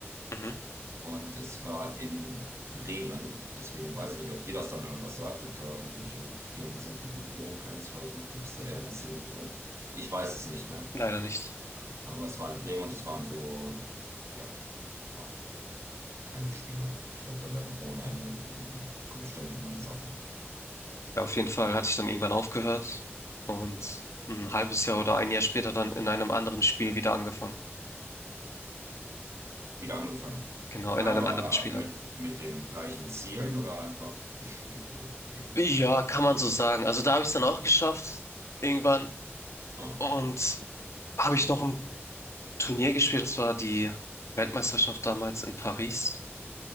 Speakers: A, on the left (about 90°); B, on the right (about 75°).
A: Mhm.
B: Und es war in Bremen. Deswegen weiß ich nicht, ob dir das dann irgendwas sagt, ob da irgendwelche Firmen sind, die du wiederum kennst oder so. Du bist da eher in der Szene drin. Ich weiß es nicht mehr.
A: Leider nicht.
B: Äh, Aber es war in Bremen und es waren so, ja, waren Handyspiele. Ich glaube, da werden ohne Ende entwickelt. Ne? Kommen ständig neue Sachen.
A: Ja, auf jeden Fall hatte ich dann irgendwann aufgehört und ein halbes Jahr oder ein Jahr später dann in einem anderen Spiel wieder angefangen.
B: Wieder angefangen.
A: Genau, in
B: Aber
A: einem anderen Spiel
B: mit,
A: dann.
B: mit dem gleichen Zielen oder einfach des Spiele wegen.
A: Ja, kann man so sagen. Also da habe ich es dann auch geschafft, irgendwann.
B: Ah,
A: Und habe ich noch ein Turnier gespielt, das war die Weltmeisterschaft damals in Paris.